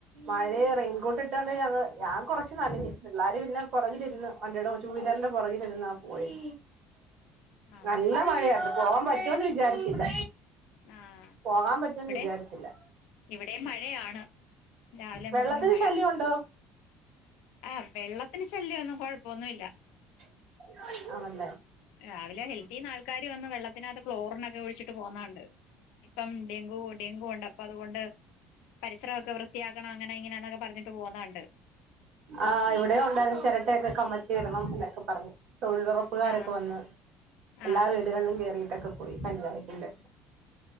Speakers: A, on the right; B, on the left.
A: മഴേ റെയിൻകോട്ടിട്ടാണ്ട് ഞങ്ങള് ഞാൻ കൊറച്ച് നന പിള്ളാര് പിന്നെ പൊറകിലിര്ന്ന് വണ്ടിടെ ടൂവീലർന്റെ പൊറകിലിര്ന്നാ പോയത്.
B: ആ
A: നല്ല മഴയായ്രുന്നു. പോവാൻ പറ്റൂന്ന് വിചാരിച്ചില്ല.
B: ആ
A: പോകാൻ പറ്റൂന്ന്
B: ഇവിടെ
A: വിചാരിച്ചില്ല.
B: ഇവിടെയും മഴയാണ്. രാവിലെ
A: വെള്ളത്തിന്
B: മൊതല് മഴ.
A: ശല്യം ഉണ്ടോ
B: ആ വെള്ളത്തിന് ശല്യൊന്നും കൊഴപ്പൊന്നുഇല്ല.
A: <unintelligible>
B: രാവിലെ ഹെൽത്തീന്ന് ആൾക്കാര് വന്ന് വെള്ളത്തിനാത്ത് ക്ളോറിനൊക്കെ ഒഴിച്ചിട്ട് പോവുന്നകണ്ട്. ഇപ്പം ഡെങ്കു ഡെങ്കു ഒണ്ട്. അപ്പൊ അതുകൊണ്ട് പരിസരൊഒക്കെ വൃത്തിയാക്കണം അങ്ങനെ ഇങ്ങനാന്നൊക്കെ പറ ന്നിട്ട് പോക്‌ന്നകണ്ട്.
A: ആഹ് ഇവിടെ ഒണ്ടായിര്ന്ന് ചെരട്ടയൊക്കെ കമത്തി ഇടണം എന്നൊക്കെ പറഞ്ഞ് തൊഴിലൊറപ്പ്കാരൊക്കെ
B: ആഹ്
A: വന്ന് എല്ലാ
B: ആഹ്
A: വീടുകളിലും കേറി ട്ടെക്കെ പോയി പഞ്ചായത്തിന്റെ